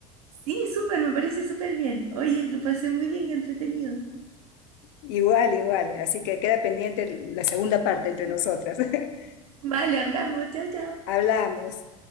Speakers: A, on the right; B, on the left.
A: Sí, súper, me parece súper bien. Oye, lo pasé muy bien, qué entretenido.
B: Igual, igual. Así que queda pendiente la segunda parte entre nosotras. <laughs>
A: Vale, hablamos, chao, chao.
B: Hablamos.